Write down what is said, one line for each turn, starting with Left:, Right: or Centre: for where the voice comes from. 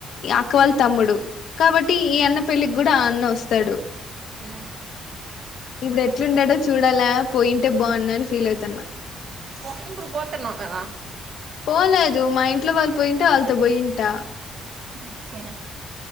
Left: ఈ అక్క వాళ్ళ తమ్ముడు కాబట్టి ఈ అన్న పెళ్ళికి కూడా ఆ అన్న వస్తడు
Right: ఉ
Left: ఇప్పుడు ఎట్లుంటాడో చూడాలా పోయింటే బాగుండు అని ఫీల్ అయితున్న
Right: ఓ ఇప్పుడు పోతున్నావ్ కదా
Left: పోలేదు మా ఇంట్లో వాళ్ళు పోయింటే వాళ్ళతో పోయింటా.
Right: ఓకే